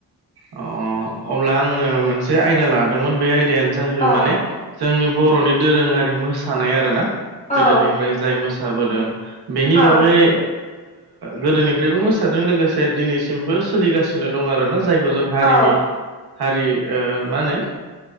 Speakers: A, on the right; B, on the left.
A: अ अ अब्ला आङो मोनसे आयदा लादोंमोन बे आयदायानो जाहैबाय
B: औ
A: माने। जोंनि बर'नि दोरोङारि मोसानाय आरो ना ओ गोदोनिफ्राय
B: औ
A: जाय मोसाबोदों बेनि
B: औ
A: बागै गोदोनिफ्रायबो मोसादों लोगोसे दिनैसिमबो सोलिगासिनो दं आरोना जायखौ जों हारिनि
B: औ
A: हारि ओ मा होनो